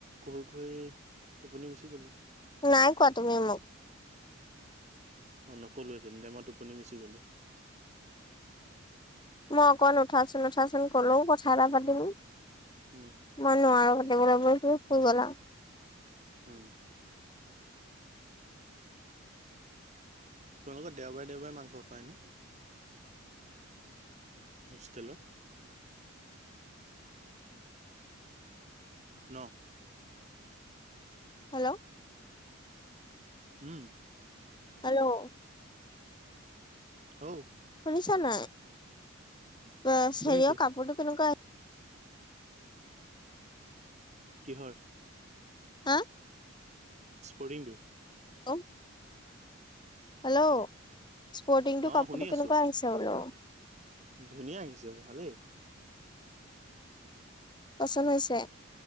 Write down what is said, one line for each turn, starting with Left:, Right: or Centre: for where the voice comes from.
Right: কৈ ঘৈ টোপনি গুচি গলো
Left: নাই কোৱা তুমি মোক
Right: অ নকলো সতেন দে মই টোপনি গুচি গলো
Left: মই অকন উঠাচোন উঠাচোন কলেও কথা এটা পাতিম
Right: উম
Left: মই নোৱাৰো কথা সেই বুলি কৈ তুমি গলা <unintelligible>
Right: হম তোমালোকৰ দেওবাৰে দেওবাৰে মাংস পায় ন মুসকেলত ন
Left: হেল্ল'
Right: হম
Left: হেল্ল'
Right: অ
Left: শুনিছা নাই হেৰিয়ৰ
Right: শুনিছো
Left: কাপোৰতো কেনেকুৱা
Right: কিহৰ
Left: হা
Right: স্পৰ্টিং টো
Left: অেল <unintelligible> হেল্ল' স্পৰ্টিং
Right: অ
Left: টো কাপোৰটো
Right: শুনি আছো
Left: কেনেকুৱা আহিছে বোলো
Right: ধুনীয়া আহিছে ভালেই
Left: পচল হৈছে